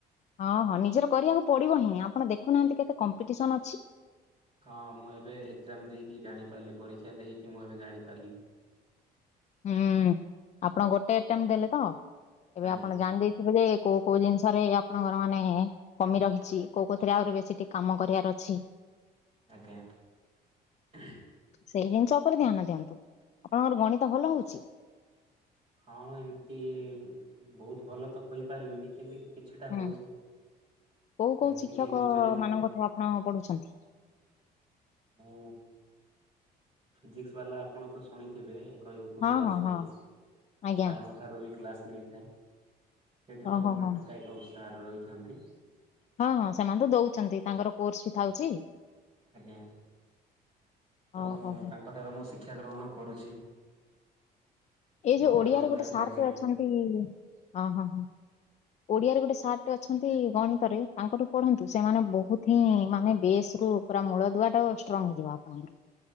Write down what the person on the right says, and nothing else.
ହଁ ମୁଁ ଏବେ ଏଗଜାମ ଦେଇକି ଜାଣିପାରିଲି। ପରୀକ୍ଷା ଦେଇକି ମୁଁ ଏବେ ଜାଣିପାରିଲି। <unintelligible>
ଆଜ୍ଞା
ଆଜ୍ଞା ହୁଁ।
ହଁ ଏମିତି ବହୁତ ଭଲ ତ କହିପାରିବିନି। କିନ୍ତି କିଛିଟା
ହଉଛି।
ଯେମିତିକି
ରିଜନିଂ
ମୁଁ ଫିଜିକ୍ସବାଲା ଆପଣ ତ ଶୁଣିଥିବେ। ତାଙ୍କ ୟୁଟ୍ୟୁବରେ
ଆସୁଚି।
ସାର୍ ଙ୍କଠାରୁ ବି କ୍ଲାସ୍ ନେଇଥାଏ। ସେଇଠି ତ
ମଲ୍ଟି
ଟାଇପ୍ ର ସାର୍ ରହିଥାନ୍ତି।
ଆଜ୍ଞା ତ
ତାଙ୍କ ଠାରୁ ମୁଁ ଶି ଶିକ୍ଷା ଗ୍ରହଣ କରୁଛି।
ଭଗବାନଙ୍କ
ଦୟାରେ
ଲାଗିଗଲେ